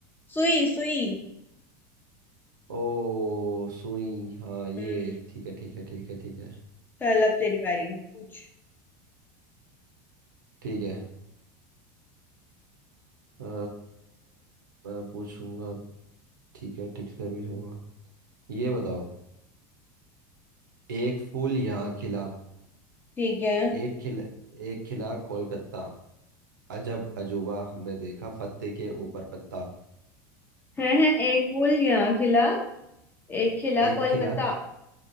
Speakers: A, on the left; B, on the right.
A: सुई सुई
B: ओ सुई हाँ ये
A: हम्म
B: ठीक है ठीक है ठीक है ठीक है
A: चल अब तेरी बारी पूछ
B: ठीक है अ, मैं पूछूंगा ठीक है ठीक से पूछूंगा ये बताओ एक फूल यहाँ खिला
A: ठीक है
B: एक खिला एक खिला कोलकाता अजब अजूबा हमने देखा पत्ते के ऊपर पत्ता
A: है है एक फूल यहाँ खिला एक खिला
B: एक
A: कोलकाता
B: खिला